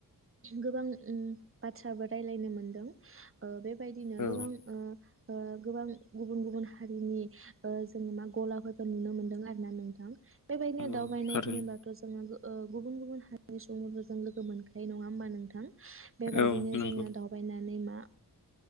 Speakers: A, on the right (about 35°); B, on the left (about 50°).
A: गोबां उम बाथ्राबो रायलायनो मोनदों ओ बे बायदिनो
B: औ
A: गोबां ओ ओ गोबां गुबुन गुबुन हारिनि ओ जोङो मा गलाफोरबो नुनो मोनदों आरो ना नोंथां। बेबायदिनो
B: औ
A: दावबायनाय
B: थारैनो
A: होनोबाथ' जोङो ओ गुबुन गुबुन हारिनि सुबुंफोरजों लोगो मोनखायो नङा होमबा नोंथां। बेबायदिनो
B: औ नंगौ
A: जोङो दावबायनानै मा